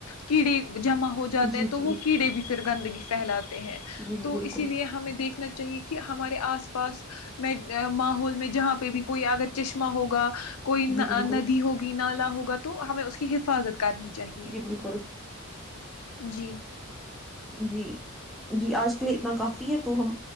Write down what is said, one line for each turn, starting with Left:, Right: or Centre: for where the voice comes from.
Left: کیڑے ج ہو جا
Centre: جی
Left: ہیں تو
Centre: جی
Left: وہ کیڑے بھی ر گندگی پھیلاات ہیں
Centre: جی
Left: تو
Centre: بالکل
Left: اسی لیے ہمیں دیکھ نا چاہیے کہ ہمارے آس پاس میں ماحول میں جہاں پہ بھی کوئی اگر چشمہ ہوگا کوئی
Centre: جی
Left: ن
Centre: بالکل
Left: ندی ہوگی نا ہوگا تو ہمیں اس کی حفاظت کر کرنی چاہیے
Centre: جی بالکل
Left: جی
Centre: جی جی آج کے لیے اتنا کافی ہے تو ہم